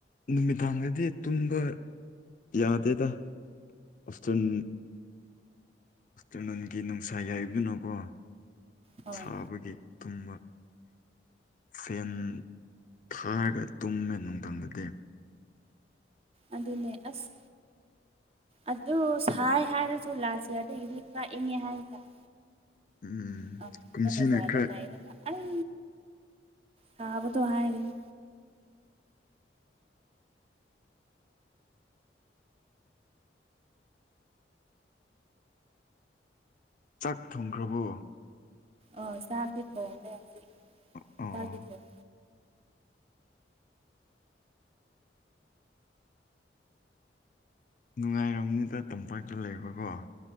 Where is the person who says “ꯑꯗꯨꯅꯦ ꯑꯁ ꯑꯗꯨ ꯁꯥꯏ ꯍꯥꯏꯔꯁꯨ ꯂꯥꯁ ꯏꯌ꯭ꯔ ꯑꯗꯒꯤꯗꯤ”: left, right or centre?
Right